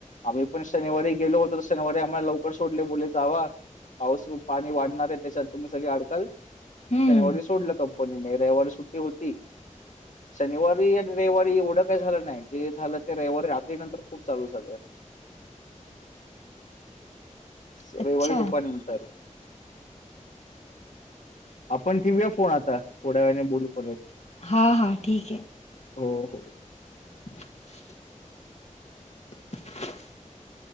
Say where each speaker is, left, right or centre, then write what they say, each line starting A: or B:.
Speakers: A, on the left (about 70°); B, on the left (about 55°).
A: आम्ही पण शनिवारी गेलो होतो तर शनिवारी आम्हाला लवकर सोडले बोलले जावा. पाऊस पाणी वाढणार आहे त्याच्यात तुम्ही सगळी अडकाल
B: हम्म
A: शनिवारी सोडलं काप कोणी नाही रविवारी सुट्टी होती शनिवारी रविवारी एवढ काय झालं नाही जे झालं ते रविवारी रात्री नंतर खूप चालू झालं. रविवारी
B: अच्छा
A: दुपारी नंतर आपण ठेवया फोन आता थोड्या वेळाने बोलू परत.
B: हा हा ठीक आहे
A: हो हो.
B: <inaudible>